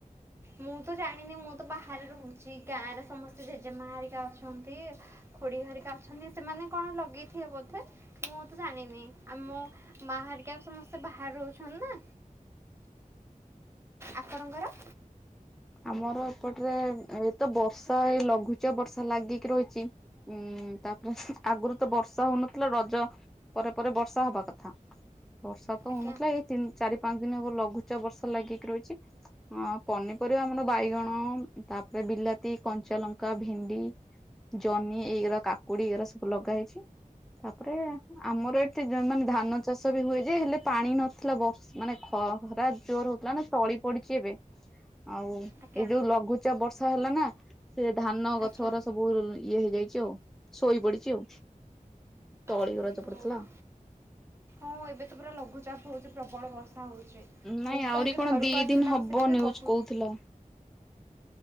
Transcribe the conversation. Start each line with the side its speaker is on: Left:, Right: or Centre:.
Right: ମୁଁ ତ ଜାଣିନି ମୁଁ ତ ବାହାରେ ରହୁଛି ଗାଁରେ ସମସ୍ତେ ଜେଜେମା ହେରିକା ଅଛନ୍ତି ଖୁଡି ହେରିକା ଅଛନ୍ତି ସେମାନେ କଣ ଲଗେଇଥିବେ ବୋଧେ ମୁଁ ତ ଜାଣିନି ଆମ ମା ହେରିକା ବି ସମସ୍ତେ ବାହାରେ ରହୁଛନ୍ତି ନା ଆପଣଙ୍କର?
Centre: ଆମର ଏପଟରେ ଏଇତ ବର୍ଷା ଏ ଲଘୁଚାପ ବର୍ଷା ଲାଗିକି ରହିଛି ଉୁଁ ତାପରେ ଆଗରୁ ତ ବର୍ଷା ହଉନଥିଲା ରଜ ପରେ ପରେ ବର୍ଷା ହବା କଥା ବର୍ଷା ତ
Right: ଆଜ୍ଞା
Centre: ହଉନଥିଲା ଏଇ ତିନି ଚାରି ପାଞ୍ଚ ଦିନ ହବ ଲଘୁଚାପ ବର୍ଷା ଲାଗିକି ରହିଛି ପନିପର ପରିବା ଆମର ବାଇଗଣ ତାପରେ ବିଲାତି କଞ୍ଚା ଲଙ୍କା ଭେଣ୍ଡି ଜହ୍ନି ଏଇଗୁଡ଼ା କାକୁଡି ଏଇଗୁଡା ସବୁ ଲଗା ହେଇଛି ତାପରେ ଆମର ଏଠି ମାନେ ଧାନ ଚାଷ ବି ହୁଏ ଯେ ହେଲେ ପାଣି ନଥିଲା ବ ମାନେ ଖ ଖରା ଜୋର୍ ହଉଥିଲା ନା ତଳି ପଡିଛି ଏବେ ଆଉ
Right: ଆଜ୍ଞା
Centre: ଏଇ ଯୋଉ ଲଘୁଚ ଚାପ ବର୍ଷା ହେଲା ନା ସେ ଧାନ
Right: ଆଜ୍ଞା
Centre: ଗଛ ଗୁଡ଼ା ସବୁ ଇଏ ହେଇଯାଇଛି ଆଉ ଶୋଇ ପଡିଛି ଆଉ ତଳିଗୁଡ଼ା
Right: ଓହୋ
Centre: ଯୋଉ ପଡିଥିଲା
Right: ହଁ ଏବେ ତ ପୁରା ଲଘୁଚାପ ହଉଛି ପ୍ରବଳ ବର୍ଷା ହଉଛି
Centre: ନାଇଁ
Right: ମୁଁ
Centre: ଆହୁରି
Right: ତ ଆଜି
Centre: କଣ
Right: ଘରକୁ
Centre: ଦି
Right: ଆସିଥିଲା
Centre: ଦିନ ହବ
Right: ବସିକି ବି
Centre: ନ୍ୟୁଜ
Right: ବହୁତ
Centre: କହୁଥିଲା।